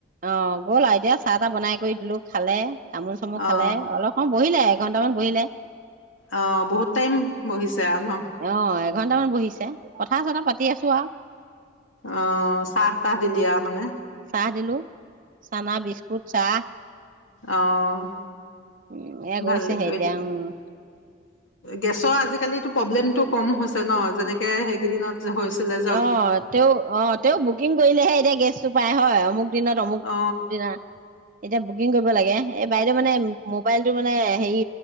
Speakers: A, on the right (about 40°); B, on the left (about 75°).
A: অঁ গ'ল আৰু এতিয়া- চাহ তাহ বনাই কৰি দিলো খালে, তামোল চামোল
B: অ
A: খালে, অলপ সময় বহিলে এঘন্টামান বহিলে।
B: অঁ' বহুত টাইম বহিছে আৰু ন?
A: অঁ' এঘন্টামান বহিছে, কথা চথা পাতি আছো আও।
B: অঁ' চাহ তাহ দিলি আও মানে?
A: চাহ দিলো, চানা বিস্কুট চাহ।
B: অঁহ'
A: উম এ গৈছেহে
B: ভালে কৰি
A: এতিয়া
B: লি।
A: উম
B: গেছৰ আজিকালিটো প্ৰব্লেমতটো কম হৈছে ন, যেনেকে সেইকেইদিনত- যে হৈছিলে -
A: অ তেওঁ অ - তেওঁ বুকিং কৰিলেহে এতিয়া গেছটো পায় হয় অমুক দিনত অমুক
B: অ
A: দিনা। এতিয়া বুকিং কৰিব লাগে এই বাইদেউ মানে মোবাইলটো মানে হেৰি